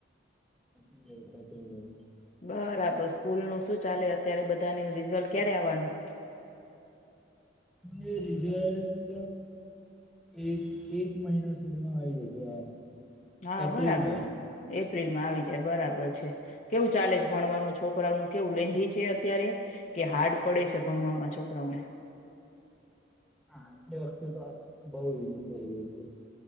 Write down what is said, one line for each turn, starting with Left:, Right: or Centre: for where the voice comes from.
Centre: કચ જાય કતી જાય <unintelligible>
Left: બરાબર સ્કૂલ નું શું ચાલે અત્યારે બધાનું રિઝલ્ટ ક્યારે આવવાનું.
Centre: રિઝલ્ટ એક એક મહિના સુધીમાં આવી જશે આ.
Left: હા
Centre: એપ્રિલમાં
Left: બરાબર છે એ એપ્રિલમાં આવી જાય બરાબર છે. કેવું ચાલે છે ભણવાનું છોક છોકરાઓનું કેવું લેધી છે અત્યારે કે હાર્ડ પડે છે. ભણવામાં <unintelligible> મામાં છોકરાઓને
Centre: હા એ વખતે તો બહ થઈ ગયુ છે. <unintelligible>